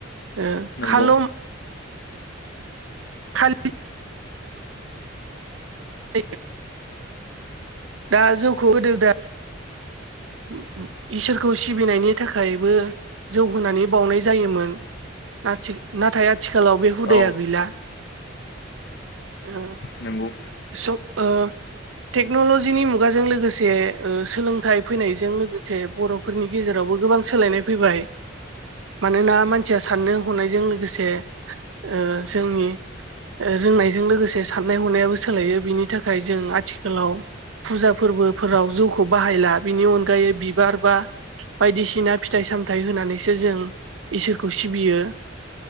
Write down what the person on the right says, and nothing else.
ओ‌
खालम खालि <unintelligible> दा जौखौ होदो दा <unintelligible> इसोरखौ सिबिनायनि थाखायबो जौ होनानै बावनाय जायोमोन। नाथि नाथाय आथिखालाव बे हुदाया
गैला। ओ
सब ओ टेक्नलजिनि मुगाजों लोगोसे ओ सोलोंथाइ फैनायजों लोगोसे बर' फोरनि गेजेरावबो गोबां सोलायनाय फैबाय। मानोना मानसिया साननो हनायजों लोगोसे ओ जोंनि ओ रोंनायजों लोगोसे साननाय हनायाबो सोलायो। बिनि थाखाय जों आथिखालाव फुजा फोरबोफोराव जौखौ बाहायला बिनि अनगायै बिबार बा बायदिसिना फिथाइ सामथाय होनानैसो जों इसोरखौ सिबियो।